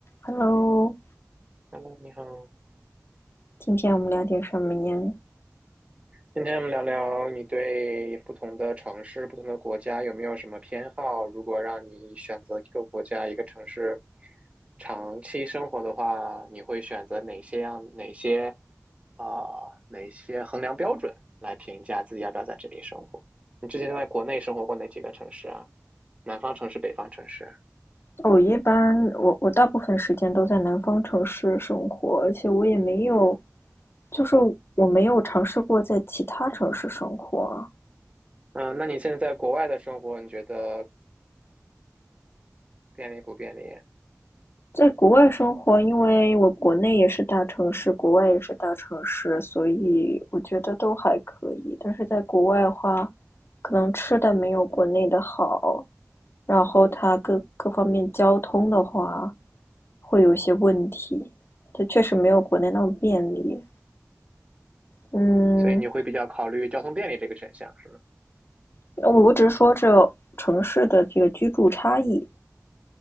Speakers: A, on the left; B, on the right.
A: Hello，
B: Hello，你好。
A: 今天我们聊点什么呀？
B: 今天我们聊聊你对不同的城市、不同的国家有没有什么偏好？如果让你选择一个国家、一个城市长期生活的话，你会选择哪些样、哪些啊、哪些衡量标准来评价自己要不要在这里生活？你之前都在国内生活过哪几个城市啊？南方城市、北方城市？
A: 我一般我我大部分时间都在南方城市生活，而且我也没有，就是我没有尝试过在其他城市生活。
B: 嗯，那你现在在国外的生活，你觉得便利不便利？
A: 在国外生活，因为我国内也是大城市，国外也是大城市，所以我觉得都还可以。但是在国外的话，可能吃的没有国内的好，然后它各各方面交通的话。会有一些问题。它确实没有国内那么便利。嗯，
B: 所以你会比较考虑交通便利这个选项，是吗？
A: 我我只是说这城市的这个居住差异，